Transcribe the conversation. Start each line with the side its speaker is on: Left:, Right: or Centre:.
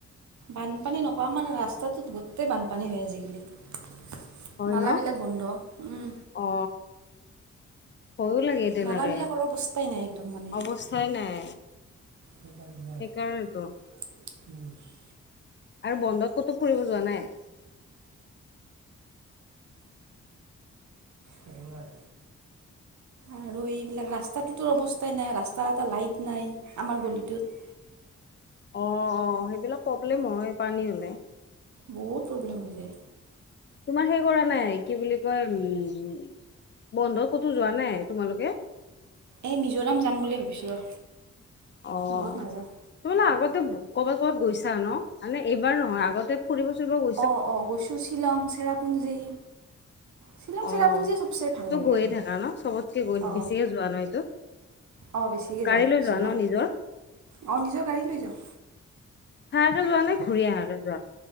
Right: বানপানী নকয় আমাৰ ৰাস্তাটোত গোটেই বানপানী হয় আজিকালি।
Left: হয়
Right: নালা
Left: ন
Right: বিলাক বন্ধ, উম।
Left: অ ভয়ো লাগে তেনেকে
Right: নালাবিলাকৰ অৱস্থাই নাই একদম মানে।
Left: অৱস্থাই নাই
Right: সেইকাৰ নাই।
Left: সেইকাৰণেতো
Right: উহ।
Left: আৰু বন্ধত ক'তো ফুৰিব যোৱা নাই?
Right: কেৰেলাই আৰু এইবিলাক ৰাস্তাটোতো অৱস্থাই নাই ৰাস্তাৰ এটা লাইট নাই আমাৰ গলিটোত।
Left: অ, অ সেইবিলাক প্ৰব্লেম হয় পানী হলে।
Right: বহুত প্ৰব্লেম হৈ যায়।
Left: তোমাৰ সেই কৰা নাই কি বুলি কয় উম বন্ধত ক'তো যোৱা নাই তোমালোকে?
Right: এই মিজোৰাম যাম বুলি ভাবিছোঁ ৰ।
Left: অ,
Right: দূৰত নাযাওঁ
Left: তোমালে আগতে কৰ'বাত ক'বাত গৈছা ন মানে এইবাৰ নহয় আগতে ফুৰিব চুৰিব গু-
Right: অ অ গৈছো শ্বিলং, চেৰাপুঞ্জী। শ্বিলং,
Left: অ
Right: চেৰাপুঞ্জীয়ে চবচে ভাল
Left: তো
Right: লাগে
Left: গৈয়ে
Right: আৰু,
Left: থাকা ন চবতকে গৈ
Right: অ।
Left: বেছিকে যোৱা ন এইটো
Right: অ বেছিকে
Left: গাড়ী
Right: যাওঁ
Left: লৈ যোৱা
Right: শ্বিলং,
Left: ন নিজৰ
Right: অ নিজৰ গাড়ী লৈ যাওঁ।
Left: থাকাকে যোৱা নে ঘূৰি আহাকে যোৱা?